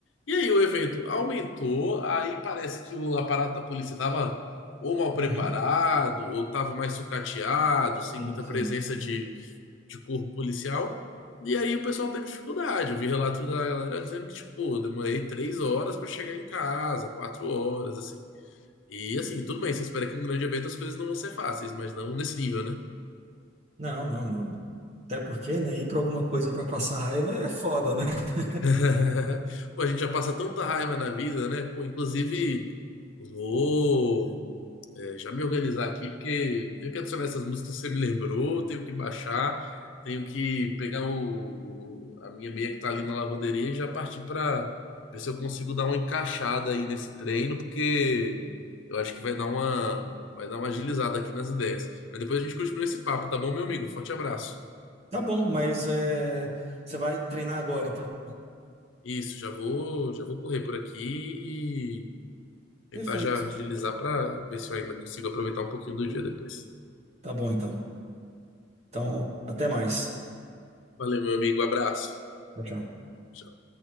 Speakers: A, on the left; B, on the right.
A: E aí o evento aumentou, aí parece que o aparato da polícia estava ou mal preparado,
B: uhum.
A: ou estava mais sucateado, sem
B: Sim,
A: muita
B: sim.
A: presença de, de corpo policial. E aí o pessoal teve dificuldade. Eu vi relato da galera dizendo que, tipo, "Pô, demorei três horas para chegar em casa, quatro horas, assim. E assim, tudo bem, você espera que num grande evento as coisas não vão ser fáceis, mas não nesse nível, né?
B: Não, não, não. Até porque, né, ir para alguma coisa para passar raiva é foda, né? <laughs>
A: <laughs> Pô, a gente já passa tanta raiva na vida, né? Pô, inclusive. Ô, É, já me organizar aqui, porque tenho que adicionar essas músicas que você me lembrou, tenho que baixar, tenho que pegar o, o- a minha meia que tá ali na lavanderia e já partir para ver se eu consigo dar uma encaixada aí nesse treino, porque eu acho que vai dar uma, vai dar uma agilizada aqui nas ideias. Mas depois a gente continua esse papo, tá bom, meu amigo? Forte abraço.
B: Tá bom, mas é, você vai treinar agora, então.
A: Isso, já vou, já vou correr por aqui e tentar
B: Perfeito.
A: já agilizar para ver se eu ainda consigo aproveitar um pouquinho do dia depois.
B: Tá bom, então. Então, até mais.
A: Valeu, meu amigo, abraço.
B: Tchau, tchau.
A: Tchau.